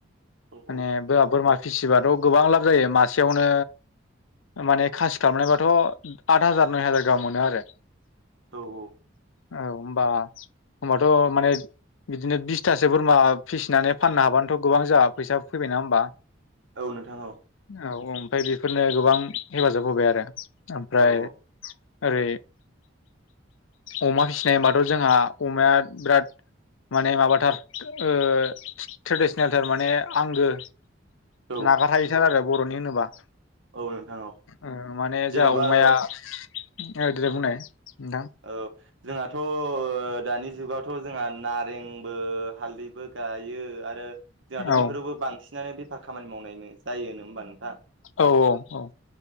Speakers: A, on the right; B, on the left.
A: औ
B: माने बोआ बोरमा फिसिबाथ गोबां लाब जायो मासेयावनो माने खासि खालामनायबाथ आत हाजार नय हाजार गाहाम मोनो आरो
A: औ औ
B: औ होमबा होनबाथ माने बिदिनो बिसथासो बोरमा फिसिनानै फाननो हाबानोथ गोबां जाहा फैसा फैबाय नङा होमबा?
A: औ नोंथां औ
B: औ ओमफ्राय बेफोरनो गोबां हेफाजाब होबाय आरो ओमफ्राय
A: औ
B: ओरै अमा फिसिनाय होनबाथ जोंहा अमाया बिराद माने माबाथार ओ ट्रेडिसनेलथार माने आंगो
A: औ
B: नागार हायिथार आरो बरनि होनोबा
A: औ नोंथां औ
B: ओ माने
A: जेन'बा
B: जोंहा अमाया
A: औ
B: औ देनाय बुंनाय नोंथां
A: औ जोंहाथ ओ दानि जुगाव थ जोंहा नारेंबो हालदैबो गायो आरो जोंहाथ
B: औ
A: बेफोरावबो बांसिनानो बेफार खामानि मावनाय जायो नङा होमबा नोंथां?
B: औ औ औ